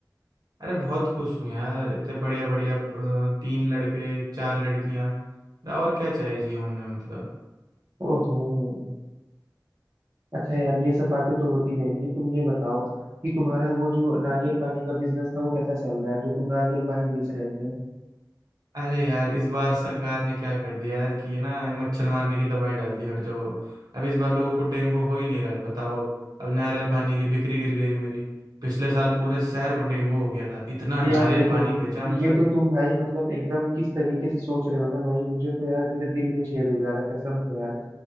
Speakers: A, on the right (about 65°); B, on the right (about 40°).
A: अरे बहुत खुश हूँ यार इतने बढ़िया बढ़िया अ, तीन लड़के चार लड़कियां और क्या चाहिए जीवन में मतलब
B: ओहो अच्छा यार ये सब बातें तो होती रहेंगी तुम ये बताओ कि तुम्हारा वो जो नारियल पानी का बिजनेस था वो कैसा चल रहा है जो तुम नारियल पानी बेच रहे थे
A: अरे यार इस बार सरकार ने क्या कर दिया यार कि ये ना ये मच्छर मारने की दवाई डाल दी हर जगह अब इस बार लोगों को डेंगू हो ही नहीं रहा है बताओ अब अब नारियल पानी की बिक्री गिर गई है मेरी पिछले साल पूरे शहर को डेंगू हो गया था इतना नारियल
B: यार देखो
A: पानी बेचा
B: ये
A: मतलब
B: तो तुम भाई मतलब एकदम किस तरीके से सोच रहे हो ना भाई मुझे तो यार मेरे दिल में छेद हो जा रहा है कसम से यार